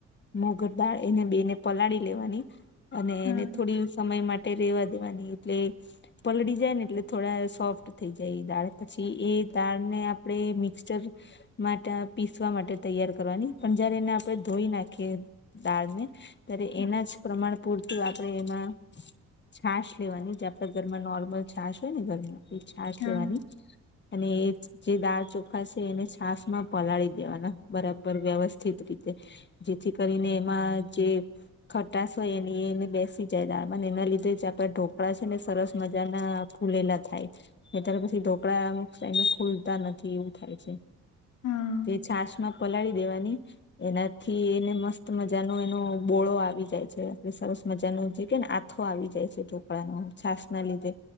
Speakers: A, on the left (about 35°); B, on the left (about 80°).
A: મોગર દાળ એને બે ને પલાળી લેવાની અને
B: હા
A: એને થોડી સમય માટે રેવા દેવાની એટલે પલળી જાય ને એટલે થોડા સોફ્ટ થઈ જાય એ દાળ પછી એ દાળને આપણે મિક્સચર માટ પીસવા માટે તૈયાર કરવાની પણ જયારે એને આપણે ધોઈ નાખી દાળને ત્યારે
B: હા
A: એના જ પ્રમાણ પૂર <unintelligible> આપણે એમાં છાશ લેવાની જે આપણા ઘરમાં નોર્મલ છાશ હોય ને ધરમાં એ છાસ
B: હા
A: લેવાની અને એ જે દાળ ચોખા છે, એને છાસમાં પલાળી દેવાના બરા બર વ્યવસ્થિત રીતે જેથી કરીને એમાં જે ખટાશ હોય એની એને બેસી જાય દાણ એના લીધે જ આપડા ઢોકળા છે, ને સરસ મજાના ફૂલેલા થાય ને ત્યારે પછી ઢોકળા અમુક સા ફૂલતા નથી એવું થાય છે.
B: હા
A: તે છાશમાં પલાળી દેવાની એનાથી એને મસ્ત મજાનો એનો બોળો આવી જાય છે સરસ મજાનો જે કે ને થથો આવી જાય છે ઢોકળાનો છાસ ના લીધે